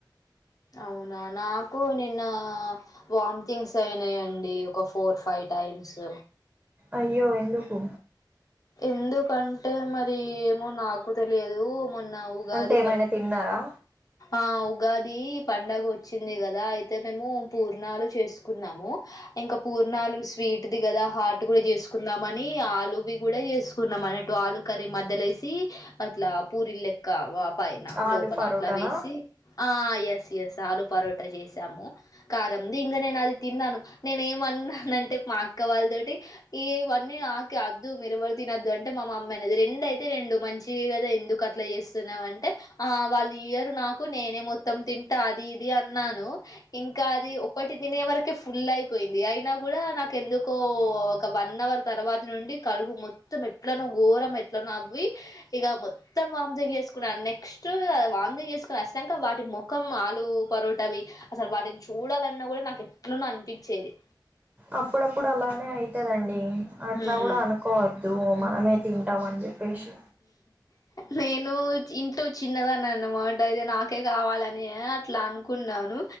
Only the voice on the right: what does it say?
అయ్యో ఎందుకు
అంటే ఏమైనా
తిన్నారా
ఆలు
పరోటానా
అప్పుడప్పుడు అలానే అయితదండి అట్లా
కూడా అనుకోవా దు మనమే తింటాం అని చెప్పేశి